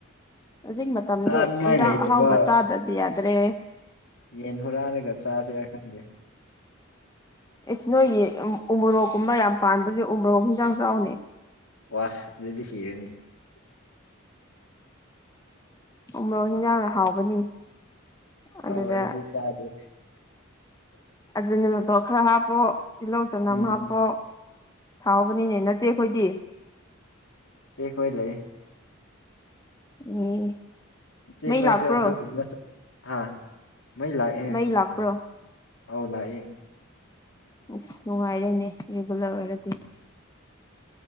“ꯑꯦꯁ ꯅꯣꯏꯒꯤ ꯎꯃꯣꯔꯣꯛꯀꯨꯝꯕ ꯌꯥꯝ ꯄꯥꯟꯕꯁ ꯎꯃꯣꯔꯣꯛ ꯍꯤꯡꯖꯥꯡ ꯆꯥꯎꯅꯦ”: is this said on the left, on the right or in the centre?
Left